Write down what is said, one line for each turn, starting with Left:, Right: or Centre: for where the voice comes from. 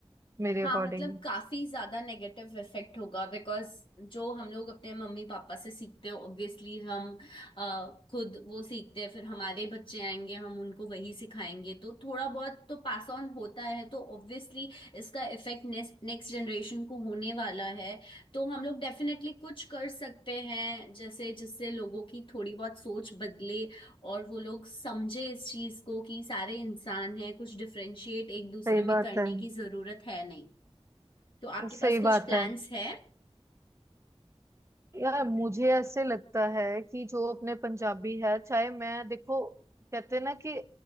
Right: मेरे
Left: हाँ
Right: अकॉर्डिंग
Left: मतलब काफी ज्यादा नेगेटिव इफेक्ट होगा बिकॉज जो हम लोग अपने मम्मी पापा से सीखते हैं ऑब्वियसली हम अ, खुद वो सीखते हैं फिर हमारे बच्चे आएंगे हम उनको वही सिखाएंगे तो थोड़ा बहुत तो पास ऑन होता है तो ऑब्वियसली इसका इफेक्ट नेक्स्ट नेक्स्ट जनरेशन को होने वाला है तो हम लोग डेफिनेटली कुछ कर सकते हैं जैसे जिससे लोगों की थोड़ी बहुत सोच बदले और वो लोग समझे इस चीज को कि सारे इंसान हैं कुछ डिफरेंशिएट एक दूसरे
Right: सही
Left: में
Right: बात
Left: करने
Right: है
Left: की जरूरत है नहीं तो आपके
Right: सही
Left: पास कुछ
Right: बात
Left: प्लान्स
Right: है
Left: है
Right: यार मुझे ऐसे लगता है कि जो अपने पंजाबी है चाहे मैं देखो कहते हैं ना कि